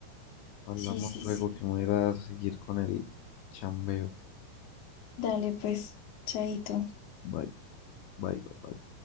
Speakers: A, on the left; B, on the left.
A: Hablamos
B: Sí, sí,
A: luego
B: sí.
A: que me voy a ir a seguir con el chambeo.
B: Dale, pues, chaito.
A: Bye, bye, bye, bye.